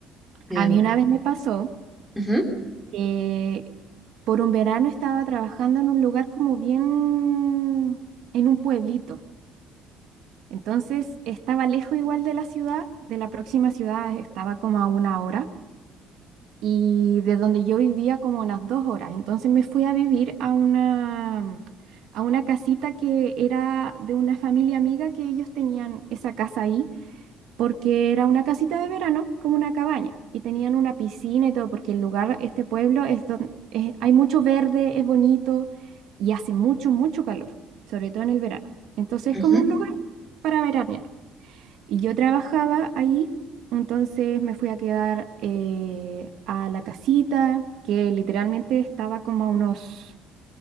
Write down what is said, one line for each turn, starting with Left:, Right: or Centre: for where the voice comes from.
Centre: me
Right: A
Centre: da
Right: mí
Centre: miedo.
Right: una vez me pasó.
Centre: Ujú,
Right: Eh, por un verano estaba trabajando en un lugar como bien en un pueblito. Entonces estaba lejos igual de la ciudad, de la próxima ciudad estaba como a una hora y de donde yo vivía como a unas dos horas. Entonces me fui a vivir a una, a una casita que era de una familia amiga que ellos tenían esa casa ahí porque era una casita de verano, como una cabaña, y tenían una piscina y todo, porque el lugar, este pueblo, es don- es- hay mucho verde, es bonito y hace mucho, mucho calor, sobre todo en el verano. Entonces es
Centre: ujú,
Right: como un lugar para veranear. Y yo trabajaba ahí, entonces me fui a quedar eh, a la casita, que literalmente estaba como a unos